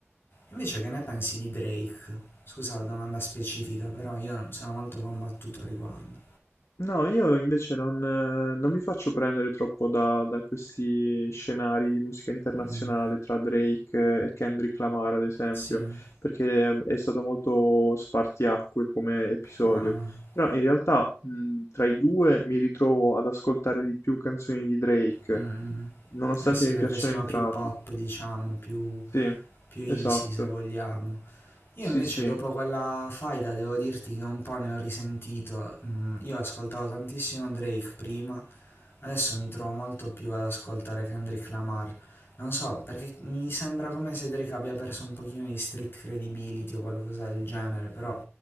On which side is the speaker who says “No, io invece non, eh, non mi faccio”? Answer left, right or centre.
Left